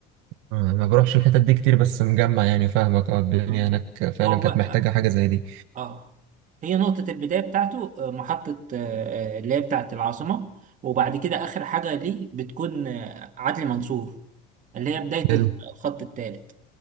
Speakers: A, on the right (about 70°); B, on the right (about 35°).
A: آه، ما بروحش الحتت دي كتير بس مجمع يعني فاهمك اه الدنيا
B: اه
A: هناك فعلا
B: هو
A: كانت محتاجة حاجة زي دي
B: اه هي نقطة البداية بتاعته آه، محطة آه، آه، اللي هي بتاعة العاصمة وبعد كده آخر حاجة ليه بتكون آه، عدلي منصور اللي هي بداية
A: حلو
B: الخط الثالث